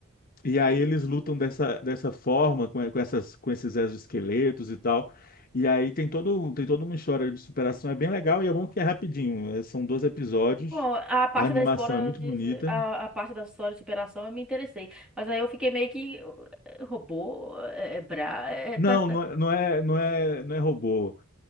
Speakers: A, on the left; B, in the centre.
A: e aí eles lutam dessa, dessa forma com, com essas com esses exoesqueletos e tal. E aí tem todo tem toda uma história de superação, é bem legal e é bom que é rapidinho, eh, são 12 episódios.
B: Bom, a parte
A: A animação
B: da história
A: é muito
B: de,
A: bonita.
B: a, a parte da história de superação eu me interessei, mas aí eu fiquei meio que eh, robô, é, é, bra, é,
A: Não,
B: tá, tá.
A: não é, não é, não é, não é robô.